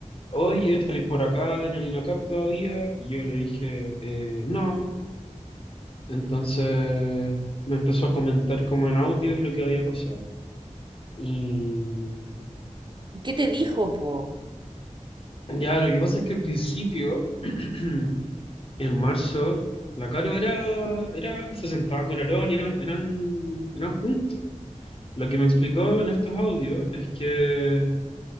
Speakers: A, on the left; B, on the right.
A: oye, ¿estáis por acá en el INACAP todavía? Y yo le dije, "Eh, no. Entonces, me empezó a comentar como en audio lo que había pasado. Y
B: ¿Qué te dijo, po?
A: ya, lo que pasa es que al principio... <clears throat> en marzo, la Caro era, era, se sentaba con Aarón y eran, eran, eran juntos. Lo que me explicó en estos audios es que